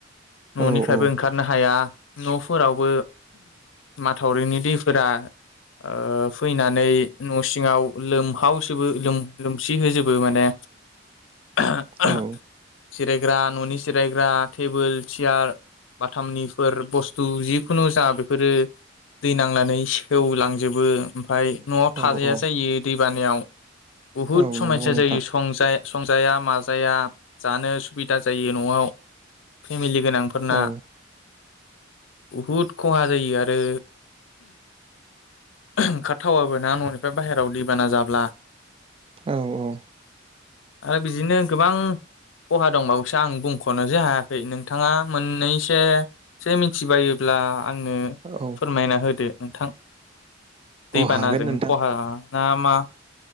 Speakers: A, on the left; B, on the right.
A: न'निफ्रायबो
B: औ
A: ओंखारनो हाया। न'फोरावबो माथावरिनि दैफोरा। ओ फैनानै न' सिङाव लोमलावजोबो लोम-लोमसिजोबो माने। <inaudible>
B: औ
A: जिरायग्रा न'नि जिरायग्रा टेबोल सियार बाथामनिफोर बुस्थु जिखुनु जा बेफोरो दै नांनानै सेेवलांजोबो। ओमफ्राय न'आव थाजाया
B: औ
A: जायो दै। बानायाव। बुहुद
B: औ
A: समसा
B: नंगौ नोंथां
A: जायो संजाय। संजाया माजाया जानो असुबिदा जायो न'आव। फेमिलि गोनांफोरना।
B: औ
A: बहुद खहा जायो आरो। ओंखारथावाबोना न'निफ्राय बाहेरायाव दैबाना जाब्ला।
B: औ औ।
A: आरो बिदिनो गोबां खहा दंबावोसो आं बुंख'नोसो हायाखै नोंथाङा मोननैसोसो मिथिबायोब्ला। आंनो
B: औ
A: फोरमायना होदो। नोंथां। दैबानाजों
B: औ हागोन नोंथां
A: खहा ना मा।